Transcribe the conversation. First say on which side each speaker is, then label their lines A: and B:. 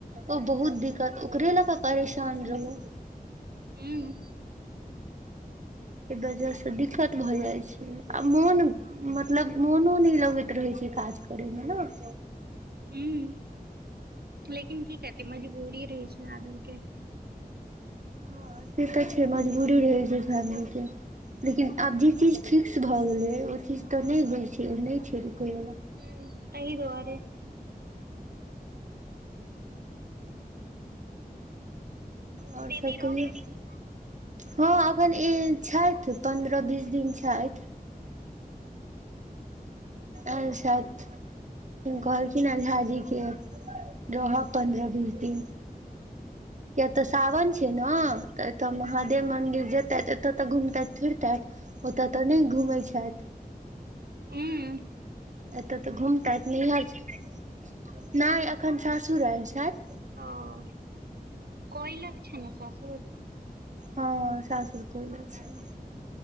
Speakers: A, on the right; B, on the right.
A: तऽ बहुत दिक्कत ओकरे लऽ कऽ परेशान रहू
B: हूँ
A: एहि वजह से दिक्कत भए जाय छै आ मोन मतलब मोनो नहि लगैत रहै छै काज करैमे न
B: हूँ लेकिन की करते मजबूरी रहै छै ने आदमी के
A: हँ से तऽ छै मजबूरी रहै छै फैमिली के लेकिन आब जे चीज फिक्स भऽ गेलै ओ चीज तऽ नहि होइ छै ओ नहि छै रुकैवला
B: हूँ हूँ तहि दुआरे
A: आओर
B: दीदी
A: सभ कहियौ
B: रहतैथ की
A: हँ एखन ई छथि पन्द्रह बीस दिन छथि अच्छा कहलखिन झाजी के रहब पन्द्रह बीस दिन किये तऽ सावन छैय न, तऽ एतय महादेव मन्दिर जेतैत एतय तऽ घुमतैथ फिरतैथ। ओतऽ तऽ नैय घुमै छाइथ।
B: उम्म
A: एतय तऽ घूमतैत नैहर छैन नाइ अखन सासुर ऐल छैथ।
B: ओ कोइलख छैइन न सासुर।
A: हँ सासुर कोइल छैन